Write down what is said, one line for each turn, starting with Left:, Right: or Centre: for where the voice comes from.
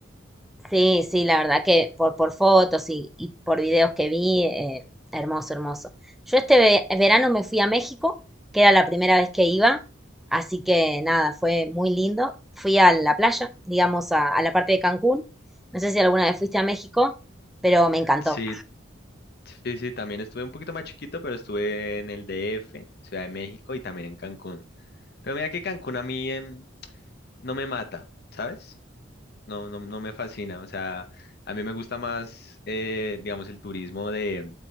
Centre: Sí, sí, la verdad que por, por fotos y, y por videos que vi, eh, hermoso, hermoso. Yo este ve- verano me fui a México, que era la primera vez que iba, así que nada, fue muy lindo. Fui a la playa, digamos, a, a la parte de Cancún. No sé si alguna vez fuiste a México, pero me encantó.
Left: Sí, Sí, sí, también estuve un poquito más chiquito, pero estuve en el DF, Ciudad de México y también en Cancún. Pero mira que Cancún a mí em, no me mata, ¿sabes? no, no, no me fascina. O sea, a mí me gusta más, eh, digamos, el turismo de,